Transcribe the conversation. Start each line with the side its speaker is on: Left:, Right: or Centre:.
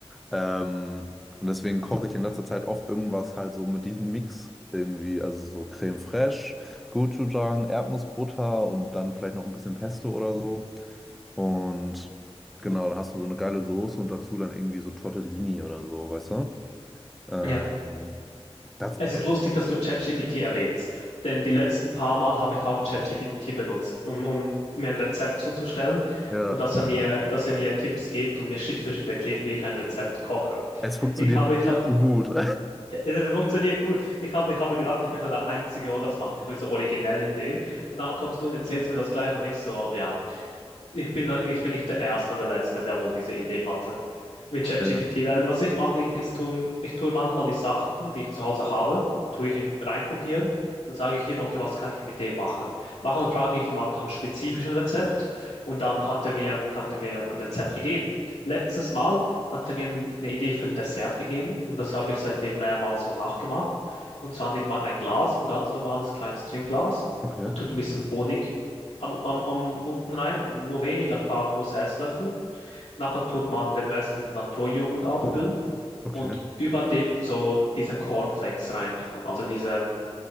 Centre: Ähm, und deswegen koche ich in letzter Zeit oft irgendwas halt so mit diesem Mix irgendwie, also so Creme Fraiche, Gochujang, Erdnussbutter und dann vielleicht noch ein bisschen Pesto oder so. Und genau, dann hast du so eine geile Soße und dazu dann irgendwie so Tortellini oder so, weißt du? Ähm,
Left: Ja.
Centre: das,
Left: Es
Centre: das,
Left: ist lustig, dass du ChatGPT erwähnst, denn die letzten paar Mal habe ich auch ChatGPT benutzt, um, um mir ein Rezept zuzustellen
Centre: ja,
Left: und dass er mir, dass er mir Tipps gibt und mir Schritt für Schritt erklärt, wie ich ein Rezept koche.
Centre: Es funktioniert
Left: Ich habe, ich
Centre: viel
Left: habe,
Centre: zu gut. <laughs>
Left: es funktioniert gut. Ich habe, ich habe gedacht, ich bin so der Einzige, der das macht. Ich bin so originell in dem. Und dann kommst du und erzählst mir das gleich und ich so, ja ich bin, ich bin nicht der Erste und der Letzte, der wohl diese Idee hatte mit ChatGPT,
Centre: Ja,
Left: weil was ich mache, ich, ist, tu- ich tue manchmal die Sachen, die ich zu Hause habe, tue ich ihm reinkopieren und dann sage ich ihm, okay, was kann ich mit dem machen? Manchmal frage ich ihm auch nach einem spezifischen Rezept und dann hat er mir, hat er mir ein Rezept gegeben. Letztes Mal hat er mir n- eine Idee für ein Dessert gegeben und das habe ich seitdem mehrmals so nachgemacht. Und zwar nimmt man ein Glas, ein ganz normales kleines Trinkglas.
Centre: Okay,
Left: Man tut ein bisschen Honig am, am, am unten rein, nur wenig, ein paar große Esslöffel. Nachher tut man den Rest mit Naturjoghurt auffüllen
Centre: okay.
Left: und über dem so diese Cornflakes reintun, also diese,